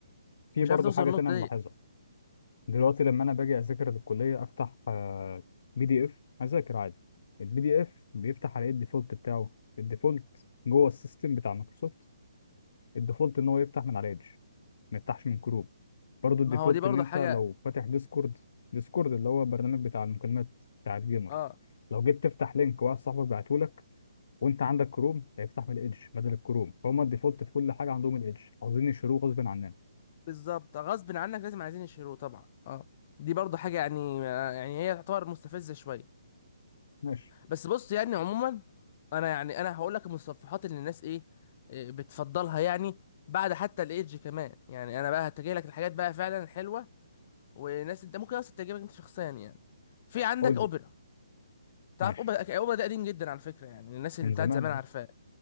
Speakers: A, on the left (about 55°); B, on the left (about 40°).
A: في
B: مش
A: برضه
B: عارفه توصل
A: حاجه
B: النقطه
A: تانية ملاحظها
B: ديت
A: دلوقتي لما انا باجي اذاكر للكليه افتح بي دي اف اذاكر عادي البي دي اف بيفتح على ايه الديفولت بتاعه الديفولت جوه السيستم بتاع مايكروسوفت الديفولت ان هو يفتح من على ايدج ما يفتحش من كروم برضو الديفولت
B: ما هو دي برضه
A: ان انت
B: حاجه
A: لو فاتح ديسكورد ديسكورد اللي هو برنامج بتاع المكالمات بتاع الجيمرز
B: اه
A: لو جيت تفتح لينك واحد صاحبك بعته لك وانت عندك كروم هيفتح من الايدج بدل الكروم فهم الديفولت في كل حاجه عندهم الايدج عاوزين يشتروه غصب عننا
B: بالظبط غصب عنك لازم عايزين يشيلوه طبعا اه دي برضه حاجه يعني يعني هي تعتبر مستفزه شويه
A: ماشي
B: بس بص يعني عموما انا يعني انا هقول لك المتصفحات اللي الناس ايه إيه بتفضلها يعني بعد حتى الايدج كمان يعني انا بقى هتجي لك الحاجات بقى فعلا الحلوه وناس انت ممكن اصلا تعجبك انت شخصيا يعني في عندك
A: قول
B: اوبرا
A: لي
B: تعرف
A: ماشي
B: اوبرا اوبرا ده قديم جدا على فكره يعني الناس اللي
A: من
B: بتاعت
A: زمان
B: زمان
A: اهو
B: عارفاه